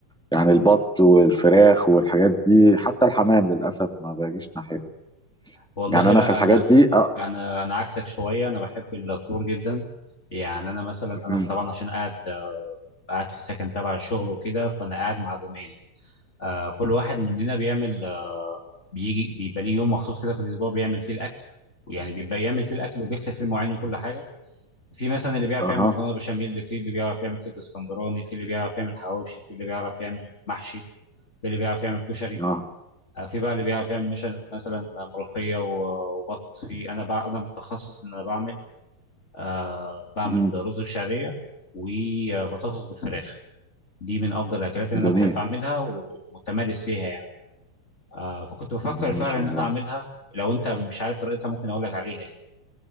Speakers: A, in the centre; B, on the left.
A: يعني البط والفراخ والحاجات دي حتى الحمام للاسف ما باجيش ناحيه
B: والله
A: يعني انا
B: لا
A: في الحاجات
B: انا
A: دي اه
B: انا انا عكسك شويه انا بحب الطيور جدا يعني انا مثلا
A: مهم.
B: انا طبعا عشان قاعد آه، قاعد في سكن تبع الشغل وكده فانا قاعد مع زمايلي آه، كل واحد مننا بيعمل بيجي بيبقى ليه يوم مخصوص كده في الاسبوع بيعمل فيه الاكل ويعني بيبقى يعمل فيه الاكل وبيغسل فيه المواعين وكل حاجه في مثلا اللي بيعرف
A: اها
B: يعمل مكرونه بشاميل اللي في اللي بيعرف يعمل كبده اسكندراني في اللي بيعرف يعمل حواوشي في اللي بيعرف يعمل محشي في اللي بيعرف يعمل كشري
A: اه
B: آه، في بقى اللي بيعرف يعمل مثلا مثلا ملوخيه و- وبط في انا بقى انا متخصص ان انا بعمل آه بعمل
A: مهم.
B: رز بشعريه وبطاطس بالفراخ دي من افضل الاكلات اللي انا
A: جميل
B: بحب اعملها ومتمارس فيها يعني. آه فكنت بفكر
A: مهم.
B: فعلا
A: ما شاء
B: ان
A: الله
B: انا اعملها لو انت مش عارف طريقتها ممكن اقول لك عليها يعني